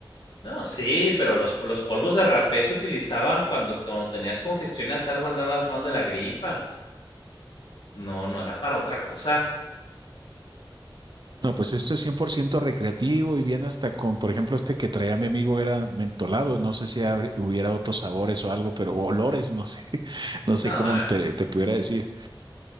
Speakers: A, on the left; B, on the right.
A: No, sí, pero los, los polvos de rapé se utilizaban cuando, est- cuando tenías congestiones, algo andabas mal de la gripa. No, no era para otra cosa.
B: No, pues esto es 100% recreativo y bien hasta con, por ejemplo, este que traía mi amigo era mentolado, no sé si habr- hubiera otros sabores o algo, pero o olores, no sé, <laughs> no sé
A: No,
B: cómo
A: la,
B: te, te pudiera decir,